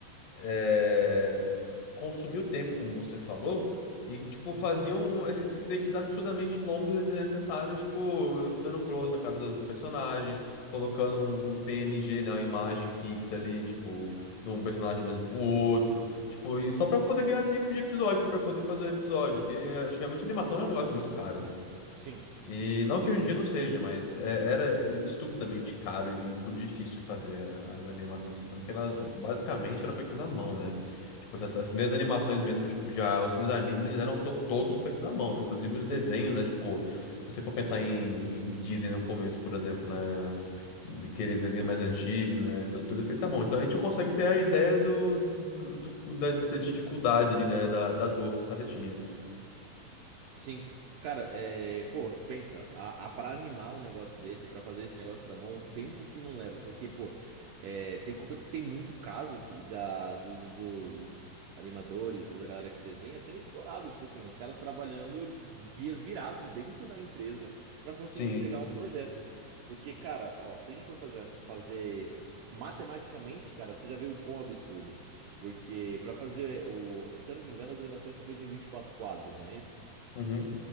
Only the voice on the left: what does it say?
é, consumiu tempo, como você falou, e, tipo, faziam esses takes absurdamente longos e desnecessários, tipo, dando close na cara do, do personagem, colocando um, um PNG, né, uma imagem fixa ali, tipo, de um personagem olhando pro outro, tipo, e só pra poder ganhar tempo de episódio, pra poder fazer o episódio, que eh, antigamente a animação era um negócio muito caro, né?
E não que hoje em dia não seja, mas é, era estupidamente caro e co- difícil fazer a- as animações. Tanto que ela basicamente eram feitas à mão, né? Tipo, essas essas primeiras animações mesmo, tipo, já os primeiros animes, eles eram to- todos feitos à mão, inclusive os desenhos, né? Tipo, se você for pensar em, em Disney no começo, por exemplo, né? Aqueles desenhos mais antigos, né? Tudo, tudo feito à mão. Então a gente consegue ter a ideia do, do- do- da, da dificuldade ali, né? Da, da dor que os caras tinham.
Sim.
Uhum.